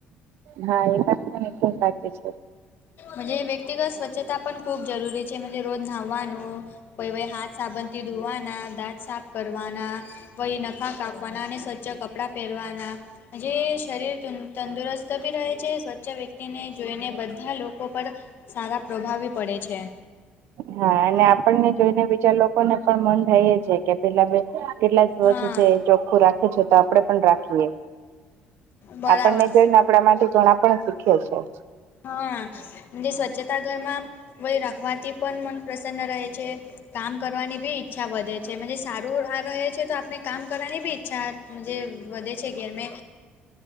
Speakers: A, on the right (about 75°); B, on the left (about 55°).
A: હા એ વાત પણ એકદમ સાચી છે.
B: મન્જે વ્યક્તિગત સ્વચ્છતા પણ ખૂબ જરૂરી છે, મન્જે રોજ નાવાનું, <unintelligible> ઈ હાથ સાબુથી ધોવાના, દાંત સાફ કરવાના, પહી નખાં કાપવાના અને સ્વચ્છ કપડાં પહેરવાના, જે શરીર તદ તંદુરસ્ત ભી રહે છે, સ્વચ્છ વ્યક્તિને જોઈને બધ બધા લોકો પર સારા પ્રભાવી પડે છે.
A: હા અને આપણને જોઈને બીજા લોકોને પણ મન થાઇ જ જાય. કે પેલાં બેન કેટલા સ્વચ્છ
B: હા
A: છે, ચોખ્ખું રાખે છે તો આપડે પણ રાખીએ.
B: બરાબર
A: આપણને જોઈને આપણા માટે ઘણા પણ શીખે છે.
B: હા જે સ્વચ્છતા ઘરમાં વળી રાખવાથી પણ મન પ્રસન્ન રહે છે, કામ કરવાની બી ઈ- ઈચ્છા વધે છે, સારું આ રહે છે તો આપણે કામ કરવાની બી ઈચ્છા મન્જે વધે છે ઘેરમે